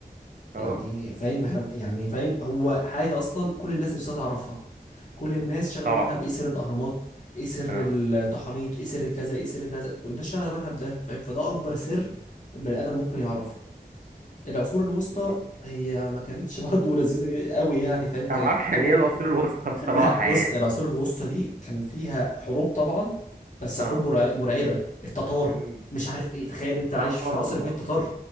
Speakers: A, on the right; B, on the left.
A: اه
B: يعني فاهم هم- يعني فاهم هو حاجه اصلا كل الناس نفسها تعرفها كل الناس شاغله
A: طبعا
B: بالها بايه سر الاهرامات ايه سر
A: اه
B: التحنيط ايه سر كذا ايه سر كذا كل الناس شاغله بالها بده فاهم فده اكبر سر البني ادم ممكن يعرفه العصور الوسطى
A: بالظبط
B: هي ما كانتش <laughs> برضه لذيذه قوي يعني فاهم كانت
A: انا ما اعرفش يعني
B: حروب
A: ايه العصور الوسطى بصراحه
B: لا بص
A: يعني
B: العصور الوسطى دي كان فيها حروب طبعا بس
A: اه
B: حروب مرع- مرعبة التتار
A: امم
B: مش عارف ايه تخيل انت عايش
A: اه
B: في عصر فيه التتار